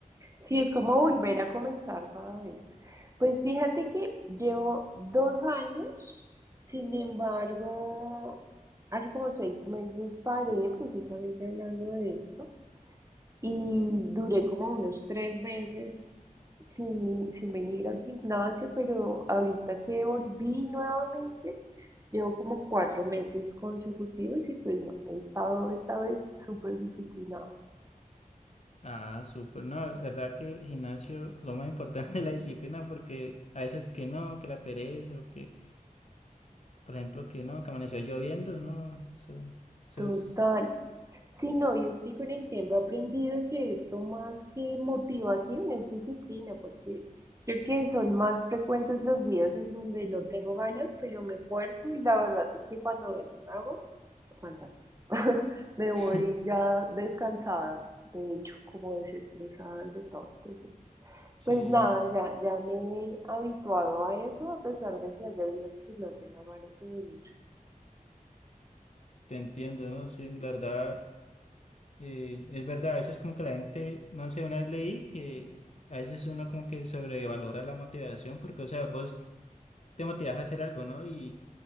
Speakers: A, on the right; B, on the left.
A: Sí, es como volver a comenzar cada vez. Pues fíjate que llevo dos años, sin embargo, hace como seis meses paré precisamente hablando de esto y duré como unos tres meses sin, i- sin venir al gimnasio, pero ahorita que volví nuevamente, llevo como cuatro meses consecutivos y pues no, he estado esta vez súper disciplinada.
B: Ah, súper, no, la verdad que el gimnasio, lo más importante <laughs> es la disciplina, porque a veces que no, que la pereza, o que, por ejemplo, que no, que amaneció lloviendo, no, eso, eso
A: Total.
B: es,
A: Sí, no, y es que con el tiempo he aprendido que esto más que motivación es disciplina, porque creo que son más frecuentes los días en donde no tengo ganas, pero me esfuerzo y la verdad es que cuando vengo y lo hago, fantástico. <laughs> Me
B: <laughs>
A: voy ya descansada, de hecho, como desestresada y de todo. Entonces,
B: sí,
A: pues nada, ya, ya me he habituado a eso, a pesar de que haya días que no tenga ganas de venir.
B: te entiendo, ¿no? Sí, la verdad, eh, es verdad, a veces como que la gente, no sé, una vez leí que a veces uno como que sobrevalora la motivación, porque, o sea, vos te motivas a hacer algo, ¿no? Y,